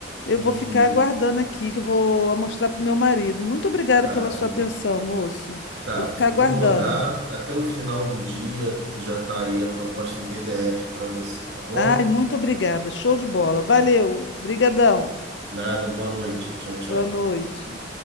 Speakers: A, on the left (about 70°); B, on the right (about 70°).
A: Eu
B: E
A: vou ficar aguardando aqui, que eu vou mostrar para o meu marido. Muito obrigada
B: tá,
A: pela sua
B: aí
A: atenção,
B: qual que.
A: moço.
B: Tá,
A: Vou ficar
B: vou
A: aguardando.
B: mandar até o final do dia, já tá aí a proposta em PDF para você, tá bom?
A: Ai, muito obrigada. Show de bola. Valeu. Brigadão.
B: Nada, boa noite. Tchau, tchau.
A: Boa noite.